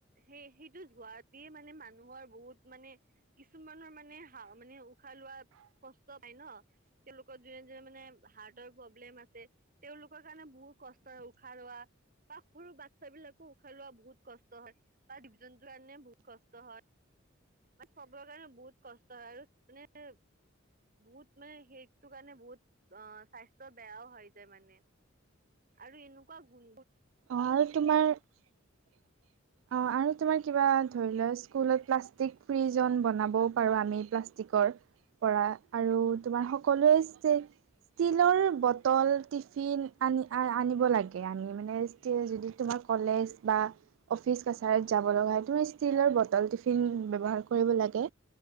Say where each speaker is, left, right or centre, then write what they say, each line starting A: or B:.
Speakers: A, on the right; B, on the right.
A: সেই সেইটো ধোৱাঁ দিয়ে মানে মানুহৰ বহুত মানে কিছুমানৰ মানে হা মানে উশাহ লোৱা কষ্ট- লোকৰ যোনে যোনে হাটৰ প্ৰব্লেম আছে- ৰ কাৰণে বহুত কষ্ট হয় উশাহ ৰোৱা বা সৰু বাচ্ছা বিলাকো উশাহ ৰোৱা বহুত কষ্ট হয়। ডিভি জন্তৰ কাৰণে বহুত কষ্ট হয়। মান চবৰে কাৰণে বহুত কষ্ট হয় আৰু মানে বহুত মানে সেইটো কাৰণে বহুত অ স্বাস্থ্য বেয়াও হৈ যায় মানে- আৰু এনেকুৱা ভুল
B: অঁ আৰু তোমাৰ অ আৰু তোমাৰ কিবা ধৰি লোৱা স্কুলত প্লাষ্টিক ফ্ৰীজন বনাবও পাৰো আমি প্লাষ্টিকৰ পৰা আৰু তোমাৰ সকলোৱে ষ্টীলৰ বটল টিফিন আনি আনিব লাগে আনি মানে ষ্টিল যদি তোমাৰ কলেজ বা অফিচ কাছাৰত যাব লগা হয় তুমি ষ্টীলৰ বটল টিফিন ব্যৱহাৰ কৰিব লাগে